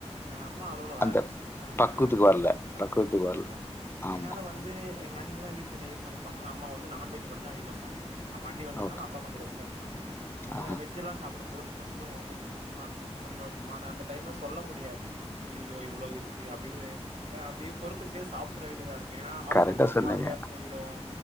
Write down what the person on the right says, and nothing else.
அம்மா அளவுல வராதுன்னு
வெச்சுக்கோங்ளே
ஆ
பக்குவத்துக்கு வர்ல
என்னால வந்து எங்க அண்ணி தா வீட்ல டெய்லி சமைப்பாங்க அம்மா வந்து நான்வெஜ் மட்டுந்தா அதிகமா சமைப்பாங்க அண்ணி வந்தனால
அம்மா கொஞ்ச ரெஸ்ட் இருப்பாங்க அது
வெஜ் எல்லா சாப்பிடும்போது கொஞ்சோ உப்பு தூக்கலா இருக்கு குறைவா இருக்குமா அந்த டைம்ல சொல்ல முடியாது ஐய்யோயோ இவ்ளோ இருக்கு அப்டின்னு அப்டியே பொறுத்துக்கிட்டே சாப்ட்ர வேண்டியதா இரு இப் ஏன்னா அவுங்களுக்கு
ஒரு
மாரியா போயிடும்